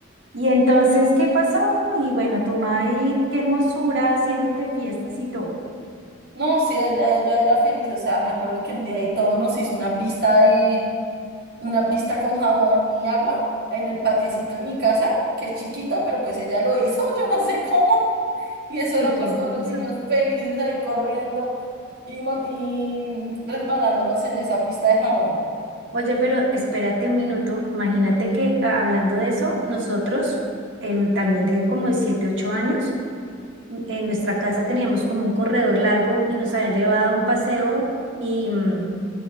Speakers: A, on the right; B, on the right.
A: Y entonces, ¿qué pasó? Y bueno, tu maíz, qué hermosura, haciéndote fiestas y todo.
B: No, sí, ella ya era feliz, o sea, me acuerdo que un día y todo nos hizo una pista de, una pista con jabón y agua en el patiecito de mi casa, que es chiquito pero pues ella lo hizo, <laughs> yo no sé cómo. Y eso éramos
A: Ay, qué hermoso.
B: todos los niños felices ahí corriendo y, mon- y resbalándonos en esa pista de jabón.
A: Oye, pero espérate un minuto. Imagínate que a- hablando de eso, nosotros em, también de como de 7, 8 años, m- en nuestra casa teníamos como un corredor largo y nos habían llevado a un paseo y mm,